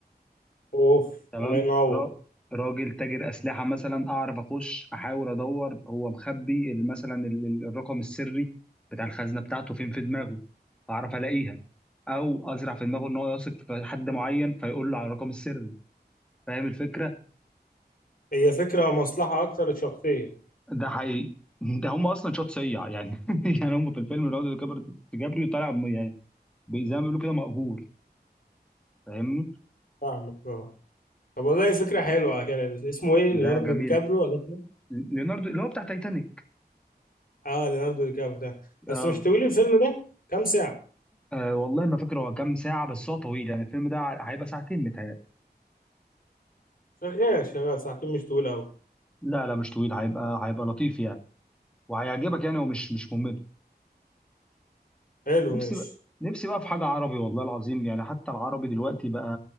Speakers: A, on the left (about 55°); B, in the centre.
A: اوف
B: تمام
A: الله ينور
B: را- راجل تاجر اسلحه مثلا اعرف اخش احاول ادور هو مخبي ال- مثلا ال- ال- الرقم السري بتاع الخزنه بتاعته فين في دماغه اعرف الاقيها او ازرع في دماغه ان هو يثق في حد معين فيقول له على الرقم السري فاهم الفكره
A: هي فكرة مصلحة اكتر شخصية
B: ده حقيقي <laughs> ده هم اصلا شوت سيع يعني <laughs> يعني هم في الفيلم ليوناردو دي كابري كابريو طالع م- يعني زي ما بيقولوا كده مأجور فاهمني
A: فاهمك اه طب والله فكرة حلوة على كده اسمه ايه
B: لا
A: ليوناردو
B: جميل
A: دي كابريو ولا
B: ليوناردو اللي هو بتاع تايتانيك
A: اه ليوناردو دي كابريو ده.
B: اه
A: بس مش طويل الفيلم ده كام ساعة
B: أه والله ما فاكر هو كام ساعة بس هو طويل يعني الفيلم ده هيبقى ساعتين متهيألي
A: شغال شغال ساعتين مش طويل أوي
B: لا لا مش طويل هيبقى هيبقى لطيف يعني وهيعجبك يعني ومش مش ممل
A: حلو
B: نفسي
A: ماشي
B: بقى نفسي بقى في حاجة عربي والله العظيم يعني حتى العربي دلوقتي بقى